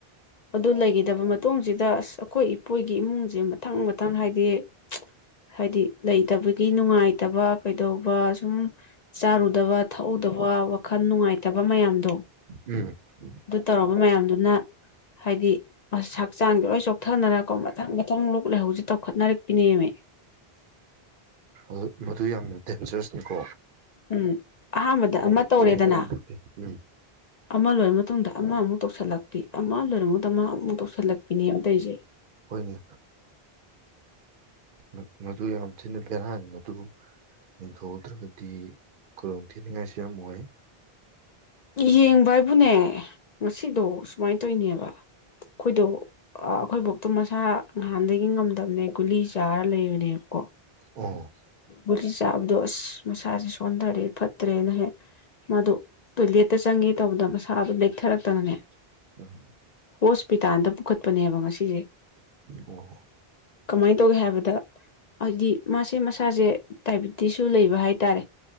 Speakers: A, on the left; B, on the right.
A: ꯑꯗꯨ ꯂꯩꯈꯤꯗꯕ ꯃꯇꯨꯡꯁꯤꯗ ꯑꯁ ꯑꯈꯣꯏ ꯏꯄꯨꯒꯤ ꯏꯃꯨꯡꯁꯦ ꯃꯊꯪ ꯃꯊꯪ ꯍꯥꯏꯗꯤ <unintelligible> ꯍꯥꯏꯗꯤ ꯂꯩꯇꯕꯒꯤ ꯅꯨꯡꯉꯥꯏꯇꯕ, ꯀꯩꯗꯧꯕ ꯁꯨꯝ ꯆꯥꯔꯨꯗꯕ, ꯊꯛꯍꯧꯗꯕ, ꯋꯥꯈꯜ ꯅꯨꯡꯉꯥꯏꯇꯕ ꯃꯌꯥꯝꯗꯣ
B: ꯎꯝ
A: ꯑꯗꯨ ꯇꯧꯔꯕ ꯃꯌꯥꯝꯗꯨꯅ ꯍꯥꯏꯗꯤ ꯑꯁ ꯍꯛꯆꯥꯡꯁꯦ ꯂꯣꯏ ꯆꯣꯛꯊꯅꯔꯀꯣ ꯃꯊꯪ ꯃꯊꯪ ꯂꯣꯛ ꯂꯩꯍꯧꯁꯦ ꯇꯧꯈꯠꯅꯔꯛꯄꯤꯅꯦꯃꯦ꯫
B: ꯃꯗꯨ ꯃꯗꯨ ꯌꯥꯝꯅ ꯗꯦꯟꯖꯔꯁꯅꯦꯀꯣ
A: ꯎꯝ ꯑꯍꯥꯟꯕꯗ ꯑꯃ ꯇꯧꯔꯦꯗꯅ,
B: ꯃꯗꯨ ꯌꯥꯝ ꯐꯠꯇꯦ ꯎꯝ
A: ꯑꯃ ꯂꯣꯏꯔ ꯃꯇꯨꯡꯗ ꯑꯃ ꯑꯃꯨꯛ ꯇꯧꯁꯜꯂꯛꯄꯤ ꯑꯃ ꯂꯣꯏꯔꯃꯗ ꯃꯥ ꯑꯃꯨꯛ ꯇꯧꯁꯜꯂꯛꯄꯤꯅꯦꯕ ꯇꯧꯏꯁꯦ
B: ꯍꯣꯏꯅꯦ ꯃꯥ ꯃꯗꯨ ꯌꯥꯝ ꯊꯤꯅ ꯕꯦꯔꯥꯅꯤ ꯃꯗꯨ, ꯌꯦꯟꯊꯣꯛ ꯍꯎꯗ꯭ꯔꯒꯗꯤ ꯈꯨꯗꯣꯡ ꯊꯤꯅꯤꯡꯉꯥꯏꯁꯨ ꯌꯥꯝ ꯑꯣꯏ
A: ꯌꯦꯡꯕ ꯍꯥꯏꯕꯨꯅꯦ ꯉꯁꯤꯗꯣ ꯎꯁꯨꯃꯥꯏ ꯇꯧꯅꯦꯕ ꯈꯣꯏꯗꯣ ꯑꯥ ꯑꯩꯈꯣꯏꯕꯣꯛꯇꯨ ꯃꯁꯥ ꯅꯍꯥꯟꯗꯒꯤ ꯉꯝꯗꯕꯅꯦ ꯒꯨꯂꯤ ꯆꯥꯔ ꯂꯩꯕꯅꯦꯕ
B: ꯑꯣ
A: ꯒꯨꯂꯤ ꯆꯥ ꯍꯥꯏꯕꯗꯣ ꯑꯁ ꯃꯁꯥꯁꯦ ꯁꯣꯟꯊꯔꯦ ꯐꯠꯇ꯭ꯔꯦꯅ ꯍꯦꯛ ꯃꯗꯣ ꯇꯣꯏꯂꯦꯠꯇ ꯆꯪꯒꯦ ꯇꯧꯕꯗ ꯃꯁꯥꯗꯨ ꯂꯦꯛꯊꯔꯛꯇꯅꯅꯦ
B: ꯎꯝ
A: ꯍꯣꯁꯄꯤꯇꯥꯜꯗ ꯄꯨꯈꯠ ꯄꯅꯦꯕ ꯉꯁꯤꯁꯦ
B: ꯑꯣ
A: ꯀꯃꯥꯏꯅ ꯇꯧꯒꯦ ꯍꯥꯏꯕꯗ ꯍꯥꯏꯗꯤ ꯃꯥꯁꯤ ꯁꯤ ꯃꯁꯥꯁꯦ ꯗꯥꯏꯕꯤꯇꯤꯁꯁꯨ ꯂꯩꯕ ꯍꯥꯏꯇꯥꯔꯦ